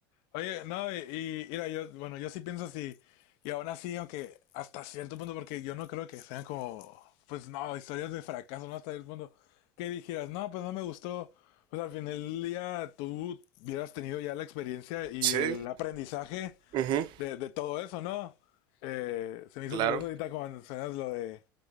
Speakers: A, on the left (about 55°); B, on the right (about 45°).
A: Oye, no, y, y mira, yo, bueno, yo sí pienso así, y aún así, aunque hasta cierto punto, porque yo no creo que sean como, pues no, historias de fracaso, no hasta el punto que dijeras, no, pues no me gustó, pues al final del día tú hubieras tenido ya la experiencia y
B: Sí,
A: el aprendizaje
B: ujú,
A: de, de todo eso, ¿no? Eh, se me hizo
B: claro.
A: curioso ahorita cuando mencionas lo de,